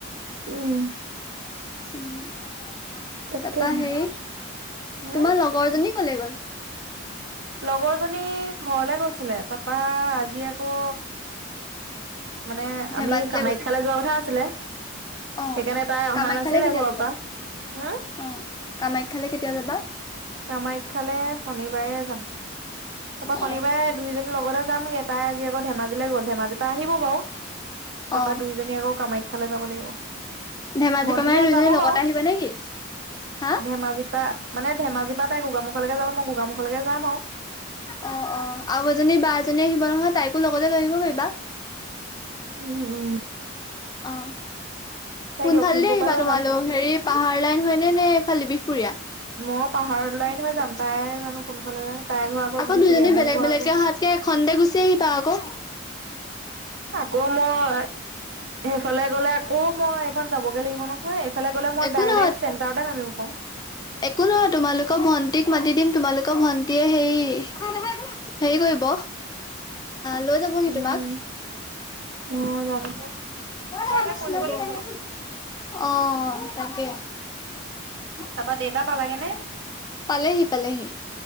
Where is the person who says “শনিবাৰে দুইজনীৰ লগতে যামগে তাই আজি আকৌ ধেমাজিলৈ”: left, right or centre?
Right